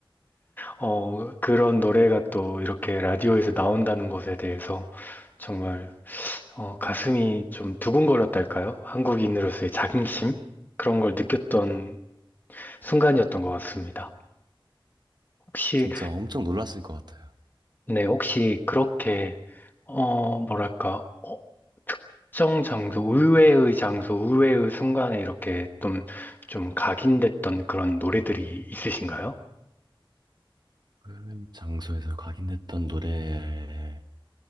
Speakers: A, on the left (about 20°); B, on the right (about 50°).
A: 어, 그런 노래가 또 이렇게 라디오에서 나온다는 것에 대해서 정말 어, 가슴이 좀 두근거렸달까요? 한국인으로서의 자긍심? 그런 걸 느꼈던 순간이었던 것 같습니다. 혹시,
B: 진짜 엄청 놀랐을 것 같아요.
A: 네, 혹시 그렇게, 어, 뭐랄까, 어, 특정 장소, 의외의 장소, 의외의 순간에 이렇게 좀, 좀 각인됐던 그런 노래들이 있으신가요?
B: 그 장소에서 각인됐던 노래